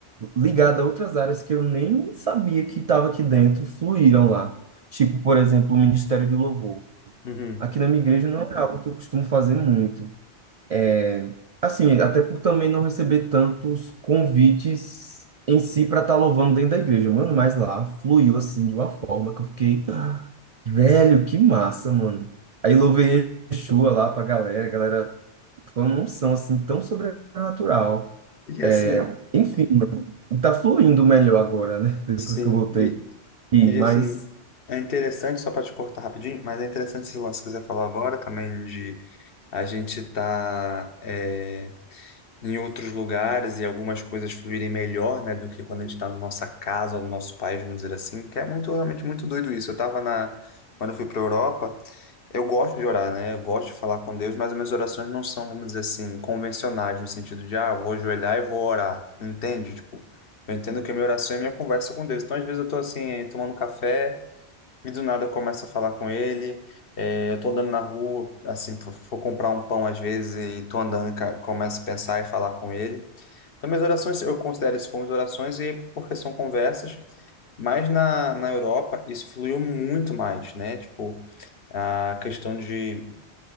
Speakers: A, on the right; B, on the left.
A: ligada a outras áreas que eu nem sabia que estava aqui dentro, fluíram lá. Tipo, por exemplo, o Ministério de Louvor.
B: Uhum.
A: Aqui na minha igreja não é algo que eu costumo fazer muito. É, Assim, até por também não receber tantos convites em si para estar louvando dentro da igreja, mano, mas lá fluiu assim de uma forma que eu fiquei, "Ah, velho, que massa, mano. Aí louvei Yeshua lá pra galera, a galera foi uma unção assim tão sobrenatural.
B: E
A: É,
B: assim,
A: enfim, tá fluindo melhor agora, né? <laughs> Depois
B: sim.
A: que eu voltei.
B: E,
A: E,
B: E
A: mas
B: assim, é interessante, só para te cortar rapidinho, mas é interessante esse lance que você falou agora também de a gente tá. eh, em outros lugares e algumas coisas fluírem melhor, né, do que quando a gente está na nossa casa ou no nosso país, vamos dizer assim, que é muito, realmente muito doido isso. Eu tava na, quando eu fui para Europa, eu gosto de orar, né, eu gosto de falar com Deus, mas as minhas orações não são, vamos dizer assim, convencionais, no sentido de, ah, eu vou ajoelhar e vou orar, entende? Tipo, eu entendo que a minha oração é a minha conversa com Deus. Então, às vezes eu tô assim, tomando café, e do nada eu começo a falar com ele. É, eu tô andando na rua, assim, for for comprar um pão às vezes e tô andando, e ca- começo a pensar e falar com ele. Então, minhas orações, eu considero isso como orações e porque são conversas, mas na, na Europa isso fluiu muito mais, né? Tipo, a questão de